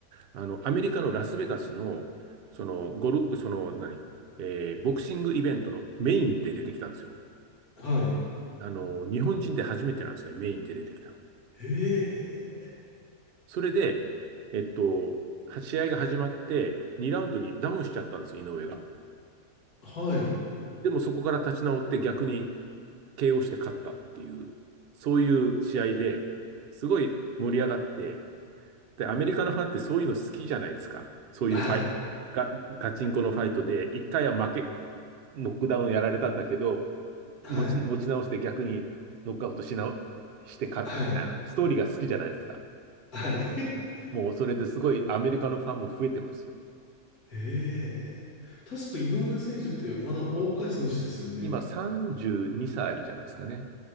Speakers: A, on the right; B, on the left.
A: あの、アメリカのラスベガスの、その、ゴル、その、何、えーボクシングイベントのメインで出てきたんですよ。
B: はい。
A: あの、日本人で初めてなんですね、メインで出てきたの。
B: ええ
A: それで、えっと、は試合が始まって、2ラウンドにダウンしちゃったんですよ、井上が。
B: はい。
A: でもそこから立ち直って逆に KO して勝ったっていう、そういう試合で、すごい盛り上がって、で、アメリカのファンってそういうの好きじゃないですか。そういうファイ、
B: はい。
A: ガ、ガチンコのファイトで、1回は負け、ノックダウンやられたんだけど、
B: はい。
A: 持ち、持ち直して逆にノックアウトしな、して勝ったみたいな、
B: はい。
A: ストーリーが好きじゃないですか。
B: はい。<laughs>
A: もうそれですごいアメリカのファンも増えてますよ。
B: ええ確か井上選手ってまだお若い選手ですよね。
A: 今32歳じゅうにさいじゃないですかね。